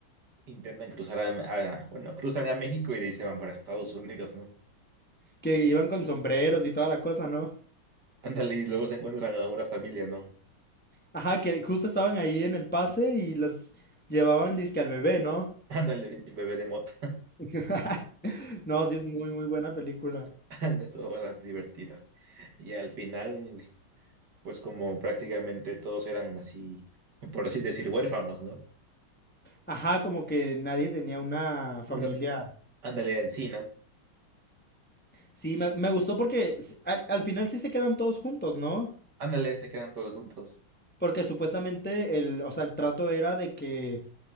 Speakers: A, on the right; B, in the centre.
A: intentan cruzar a, a- bueno, cruzan a México y de ahí se van para Estados Unidos, ¿no?
B: Que iban con sombreros y toda la cosa, ¿no?
A: Ándale, y luego se encuentran a una familia, ¿no?
B: Ajá, que justo estaban ahí en el pase y las llevaban disque al bebé, ¿no?
A: <laughs> Ándale, bebé de mota.
B: <laughs> No, sí es muy muy buena película.
A: <laughs> Ándale, Estuvo bastante divertida Y al final, pues como prácticamente todos eran así, por así decir, huérfanos, ¿no?
B: Ajá, como que nadie tenía una familia.
A: Una, ándale, en sí, ¿no?
B: Sí, me, me gustó porque s- al, al final sí se quedan todos juntos, ¿no?
A: Ándale, se quedan todos juntos.
B: Porque supuestamente el, o sea, el trato era de que